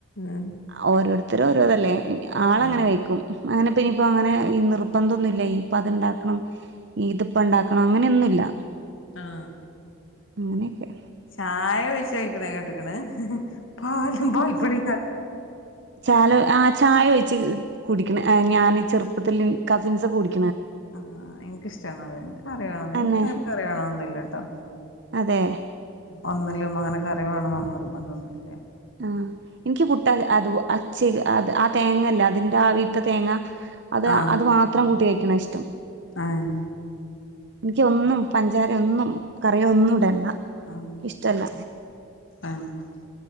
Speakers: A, on the left; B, on the right.
A: ഉം
B: ഓരോരുത്തരും ഓരോതല്ലേ ആളങ്ങനെ
A: ഉം
B: കഴിക്കും. അങ്ങനെ പിന്നനിയിപ്പോൾ അങ്ങനെ ഈ നിർബന്ധൊന്നുമില്ല ഈ ഇപ്പ അത്ണ്ടാക്കണം ഇതിപ്പ ഇണ്ടാക്കണം അങ്ങനെയൊന്നുമില്ല.
A: ആഹ
B: അങ്ങനെയക്കെ
A: ചായ ഒഴിച്ച് കഴിക്കണ കേട്ടക്കണ പാലും പൽ പൊടിക്ക
B: ചാല് ആ ചായ ഒഴിച്ച് കുടിക്കണ് ഞാൻ ചെറുപ്പത്തിൽ കസിൻസ് ഒക്കെ കുടിക്കും
A: ആ എനിക്കിഷ്ടാണത് എനക്ക് കറിവേണ
B: അന്നെ
A: എനിക്ക് അങ്ങനെ കറിയണന്നുമല്ലട്ടോ
B: അതെ
A: ഒന്നില്ലും അങ്ങനെ കറി വേണൊന്നും നിർബന്തമൊന്നുമില്ല
B: ആ എനിക്ക് പുട്ട് അത് അഛേൽക്ക് അ ആ തേങ്ങല്ലേ അതിന്റെ ആവിത്തെ തേങ്ങ അത്
A: ആഹ്
B: അത് മാത്രം കൂട്ടി കഴിക്കണ ഇഷ്ടം
A: ആഹ്
B: എനിക്ക് ഒന്നും പഞ്ചാര ഒന്നും കറിയൊ ഒന്നും ഇടണ്ട
A: ആഹ്
B: ഇഷ്ടല്ല
A: ആഹ്